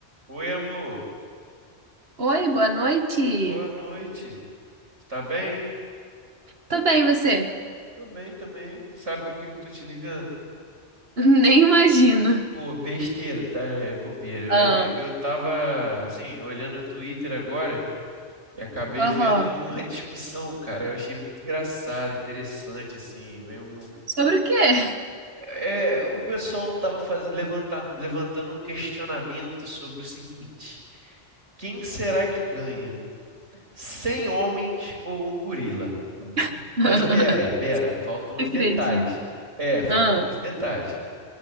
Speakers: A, on the right; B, on the right.
A: Oi, amor.
B: Oi, boa noite.
A: Boa noite. Você tá bem?
B: Tô bem, e você?
A: Tô bem também. Sabe por que que eu tô te ligando?
B: <laughs> Nem imagino.
A: Pô, besteira, tá? É bobeira. Eu,
B: Ah,
A: eu eu tava, assim, olhando o Twitter agora e acabei
B: aham.
A: vendo uma <laughs> discussão, cara. Eu achei muito engraçado, interessante, assim. meio um-
B: Sobre o quê?
A: É, o pessoal tava fazendo, levantar, levantando um questionamento sobre o seguinte: quem será que ganha? 100 homens ou um gorila?
B: <laughs>
A: Mas
B: Não
A: pera, pera, faltam os
B: Acredito.
A: detalhes. É, faltam
B: Ah,
A: os detalhes.